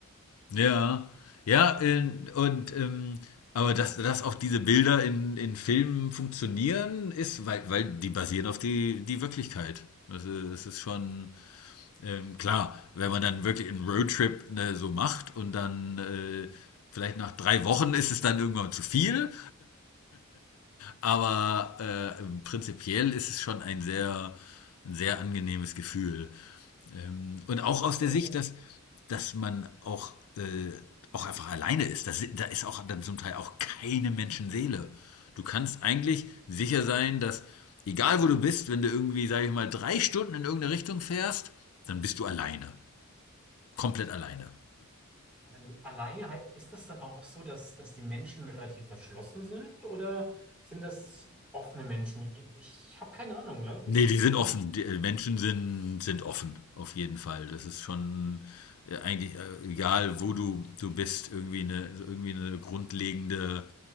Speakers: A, on the left; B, in the centre.
A: Ja, ja, äh, und ähm, aber dass, dass auch diese Bilder in, in Filmen funktionieren, ist, weil, weil die basieren auf die, die Wirklichkeit. Also es ist schon ähm, klar, wenn man dann wirklich einen Roadtrip ne, so macht und dann äh, vielleicht nach drei Wochen ist es dann irgendwann zu viel aber äh, prinzipiell ist es schon ein sehr, ein sehr angenehmes Gefühl. Ähm, und auch aus der
B: Der,
A: Sicht,
B: der,
A: dass, dass man auch, äh, auch einfach alleine ist. Das, da ist auch dann zum Teil auch keine Menschenseele. Du kannst eigentlich sicher sein, dass egal wo du bist, wenn du irgendwie, sage ich mal, drei Stunden in irgendeine Richtung fährst, dann bist du alleine. Komplett alleine.
B: Al- Alleine hei- ist das dann auch so, dass, dass die Menschen relativ verschlossen sind oder sind das offene Menschen? Die- Ich habe keine Ahnung, ne?
A: Ne,
B: Wie,
A: die sind
B: wie
A: offen.
B: ist,
A: Die äh, Menschen sind sind offen, auf jeden Fall. Das ist schon, äh, eigentlich, äh, egal wo du du bist, irgendwie eine irgendwie eine grundlegende: